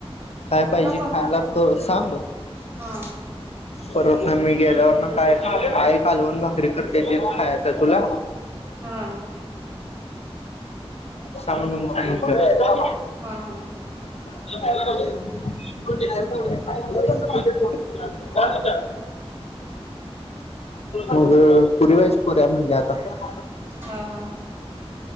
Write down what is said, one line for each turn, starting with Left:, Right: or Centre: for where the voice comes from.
Left: काय पाहिजे
Right: का पण
Left: खायला सांग
Right: हा
Left: खरं मी गेल्यावर ना काय आई कालवन भाकरी करते ते खायचं तुला
Right: हा
Left: सांग म्हणून सांगतंय
Right: हा हा
Left: <inaudible> मग पुरी भाजी करूया म्हटल्या आता
Right: हा, हा